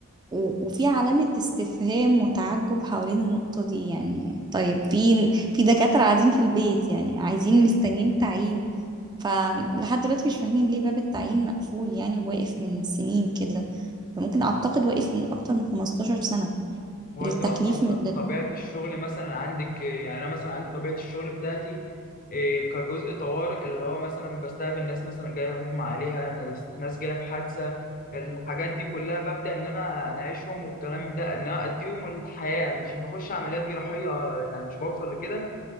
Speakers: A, on the right; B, on the left.
A: و- وفي علامة استفهام وتعجب حوالين النقطة دي يعني طيب في في دكاترة قاعدين في البيت يعني عايزين مستنيين تعيين فلحد دلوقتي مش فاهمين ليه باب التعيين مقفول يعني واقف من سنين كده ده ممكن أعتقد واقف من أكتر من 15 سنة
B: هو
A: التكليف
B: انت اصلا
A: من
B: ط- طبيعه الشغل مثلا عندك آه، يعني انا مثلا عندي طبيعه الشغل بتاعتي إيه، كجزء طوارئ اللي هو مثلا بستقبل ناس مثلا جايه مغمى عليها ناس ناس جايه في حادثه الحاجات دي كلها ببدا ان انا اناعشهم والكلام ده ان انا اديهم الحياه مش بخش عمليات جراحيه يعني مش بوصل لكده